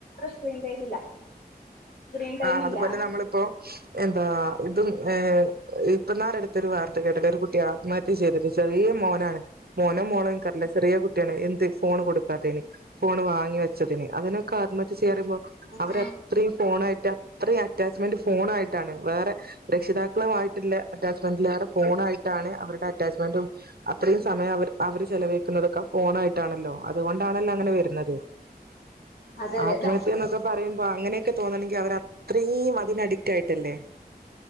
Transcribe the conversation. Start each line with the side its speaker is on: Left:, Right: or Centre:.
Left: സ്ക്രീൻ ടൈമില്ല. സ്ക്രീൻ ടൈമില്ല
Right: ആഹ് അതുപോലെ നമ്മളിപ്പോ. എന്താ ഇതും ഏഹ് ഇപ്പന്നാരെ അടുത്തൊരു വാർത്ത കേട്ടില്ലെ ഒരു കുട്ടി ആത് മഹത്യ ചെയ്തത് ചെറിയെ മോനാണ്. മോനോ മോളോ ൻകറിയില്ല ചെറിയെ കുട്ടിയാണ് എന്ത് ഫോണ് കൊടുക്കാത്തെയിന് ഫോണ് വാങ്ങി വെച്ചതിന് അതിന് ക്കാത്മഹത്യ ചെയ്യാന്നറിയുമ്പോ
Left: ആ
Right: അവരത്രയും ഫേണായ് റ്റ അത്രയും അറ്റാച്ച്മെന്റ് ഫോണായിട്ടാണ് വേറെ. രക്ഷിതാക്കളുയിട്ടുള്ള അറ്റാച്ച്മെന്റിലേറെ ഫോണാ യിട്ടാണ് അവരുടെ അറ്റാച്ച്മെന്റും. അത്രയും സമയം അവര് അവര് ചെലവയിക്കുന്നതൊക്കെ ഫോണായിട്ടാണല്ലോ. അതുകൊണ്ടാണല്ലോ അങ്ങനെ വരു ന്നത്
Left: അതെ അതെ
Right: ആത്മഹത്യന്നൊക്കെ
Left: ദാ
Right: പറയുമ്പോ അങ്ങനെയൊക്കെ തോന്നണെങ്കിൽ അവര ത്രീം അതിനഡിക്റ്റായിട്ടല്ലെ.